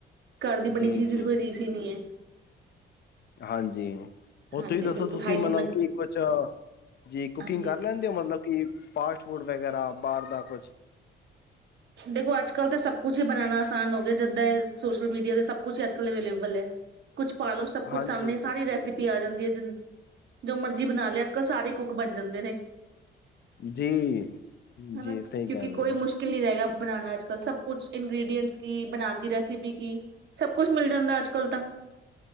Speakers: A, on the right; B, on the left.
A: ਘਰ ਦੀ
B: ਜੀ
A: ਬਣੀ ਚੀਜ਼
B: ਜੀ
A: ਦੀ ਕੋਈ ਰੀਸ ਹੀ ਨਹੀਂ ਹੈ।
B: ਹਾਂਜੀ, ਹੋਰ
A: ਹਾਂਜੀ
B: ਤੁਸੀ ਦੱਸੋ
A: ਬਿਲਕੁਲ
B: ਤੁਸੀਂ
A: ਹਾਈਜੀਨ
B: ਮਤਲਬ
A: ਨਾਲ
B: ਕੀ ਕੁਛ, ਜੀ ਕੁਕਿੰਗ
A: ਹਾਂਜੀ
B: ਕਰ ਲੈਂਦੇ ਹੋ ਮਤਲਬ ਕਿ ਫਾਸਟ ਫੂਫ ਵਗੈਰਾ, ਬਾਹਰ ਦਾ ਕੁਛ।
A: ਦੇਖੋ ਅੱਜ ਕਲ ਤਾਂ ਸਭ ਕੁਛ ਹੀ ਬਣਾਉਣਾ ਆਸਾਨ ਹੋ ਗਿਆ, ਜਦ ਦਾਂ ਐ, ਸੋਸ਼ਲ ਮੀਡੀਆ ਤੇ ਸਭ ਕੁਛ ਹੀ ਅੱਜ ਕਲ ਅਵੇਲੇਬਲ ਹੈ। ਕੁਛ ਪਾਲੋ ਸਭ ਕੁਛ
B: ਹਾਂਜੀ
A: ਸਾਹਮਣੇ ਸਾਰੀ
B: ਸਹੀ
A: ਰੈਸਿਪੀ
B: ਕਹਿੰਦੇ ਪਏ
A: ਆ ਜਾਂਦੀ ਹੈ। ਜੋ ਮਰਜੀ ਬਣਾ ਲਿਆ ਅੱਜ ਕੱਲ ਸਾਰੇ ਕੁਕ ਬਣ ਜਾਂਦੇ ਨੇ।
B: ਜੀ-ਜੀ
A: ਹਨਾ।
B: ਸਹੀ
A: ਕਿਉਂਕਿ
B: ਕਹਿ ਰਹੇ
A: ਕੋਈ
B: ਹੋ, ਨਾ।
A: ਮੁਸ਼ਕਿਲ ਨਹੀਂ ਰਹਿ ਗਿਆ ਬਣਾਉਣਾ ਅੱਜ ਕੱਲ ਸਭ ਕੁਛ ਇੰਗ੍ਰਡੀਐਂਟਸ ਕੀ, ਬਣਾਉ ਦੀ ਰੈਸਿਪੀ ਕੀ, ਸਭ ਕੁਛ ਮਿਲ ਜਾਂਦਾ ਅੱਜ ਕੱਲ ਤਾਂ।